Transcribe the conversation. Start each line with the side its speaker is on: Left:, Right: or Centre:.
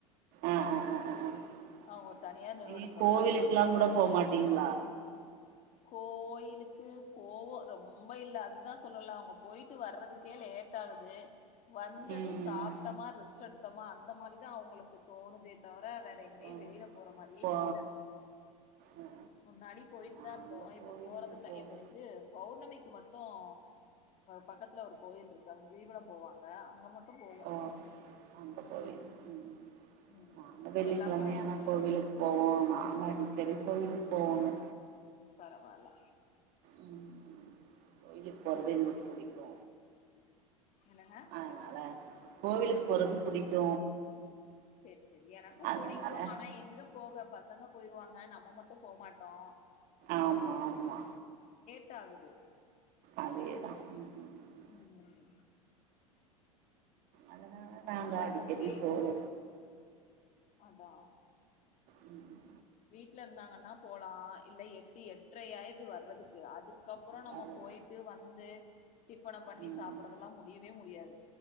Right: ஆஹ் ஆஹ் ஆஹ் ஆஹ் ஆஹ்
Left: அவங்க ஒரு தனியார் நிறுவனத்துலதா
Right: இ கோவிலுக்குல்லாம்
Left: வேல பாக்குறாங்களா
Right: கூட போகமாட்டீங்களா
Left: கோயிலுக்கு போவோம் ரொம்ப இல்ல அதுதான் சொல்லல அவங்க போயிட்டு வர்றதுக்கே லேட் ஆகுது வந்ததும்
Right: ம்
Left: சாப்பிட்டமா
Right: ம்
Left: ரெஸ் டுத்தமா அந்த மாதிரிதான் அவங்களுக்கு தோணுதே தவிர வேற
Right: ம்
Left: எங்கேயும்
Right: தோணு
Left: வெளியில போற மாரியே
Right: போ
Left: இல்ல
Right: ஆ ஆ
Left: முன்னாடி போயிட்
Right: நாங்க
Left: ருந்தோ இப்ப
Right: கோவிலுக்கு
Left: போறதில்ல
Right: போவோ
Left: இப்ப இது பௌ ர்ணமிக்கு மட்டு ஆ பக்கத்துல ஒரு கோயில் இருக்கு அங்க கிரிவலம் போவாங்க அங்க மட்டு போவே
Right: ஓ அந்த கோயில் உம்
Left: ம்
Right: நாங்க வெள்ளிக்கிழமை
Left: எல்லா பௌர்ணமிக்கு
Right: ஆனா கோவிலுக்கு போவோ நாங்க அடிக்கடி கோயிலுக்கு போவோங்க
Left: பரவால்ல
Right: உம் உம் கோயிலுக்கு போறது எங்களுக்கு புடிக்கு
Left: என்னங்க
Right: அதனால கோவிலுக்கு போறது புடிக்கு
Left: சேரி சேரி எனக்கும்
Right: அதனால
Left: புடிக்கு ஆனா எங்க போக ப சங்க போயிருவாங்க நம்ம மட்டு போமாட்டோ
Right: ஆமா ஆமா
Left: ட்டாகுது
Right: அதேதா உம் உம் உம்
Left: ம்
Right: அதனால நாங்க
Left: வர்றதுக்கே
Right: அடிக்கடி போவோ
Left: அதா
Right: உம் உம்
Left: வீட்ல இருந்தாங்கன்னா போலா இல்ல எட்டு எட்ரையாயிருது வர்றதுக்கே அது க்கப்பறோ நம்ம
Right: வர்றது
Left: போய்ட்டு வந் து டிஃபன பண்ணி
Right: ம்
Left: சாப்டறதெல்லா
Right: ம்
Left: முடியவே முடி யாது